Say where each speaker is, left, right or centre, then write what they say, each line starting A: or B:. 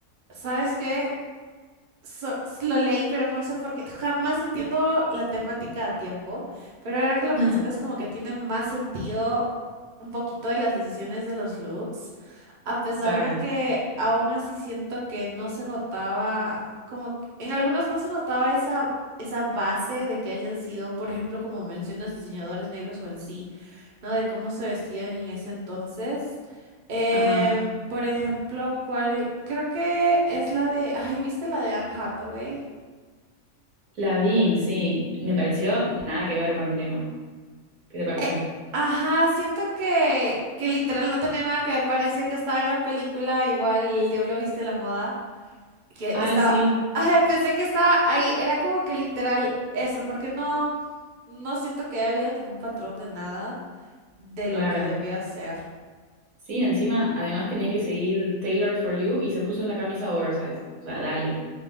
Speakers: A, on the right; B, on the right.
A: ¿Sabes qué? so- lo leí, pero no sé por qué. Jamás entiendo la temática a tiempo, pero ahora que lo
B: <laughs>
A: mencionas,
B: Ajá.
A: como que tiene más sentido un poquito de las decisiones de los looks, a pesar
B: Claro.
A: de que aún así siento que no se notaba, como que- en algunos no se notaba esa, esa base de que hayan sido, por ejemplo, como mencionas, diseñadores negros o en sí, ¿no? De cómo se vestían en ese entonces. Em,
B: Ajá.
A: por ejemplo, ¿cuál? Creo que es la de... Ay, ¿viste la de Anne Hathaway?
B: La vi, sí. Me pareció nada que ver con el tema. ¿Qué te pareció?
A: Eh, Ajá, siento que, que literal no tenía nada que ver, parecía que estaba en la película, igual El Diablo Viste la Moda, que
B: Ay,
A: estaba,
B: sí,
A: <laughs> ajá, pensé que estaba ahí, era como que literal eso, porque no, no siento que haya habido ningún patrón de nada de
B: claro.
A: lo que debía ser.
B: Sí, encima, además tenían que seguir Tailored for You y se puso una camisa oversize. O sea, dale,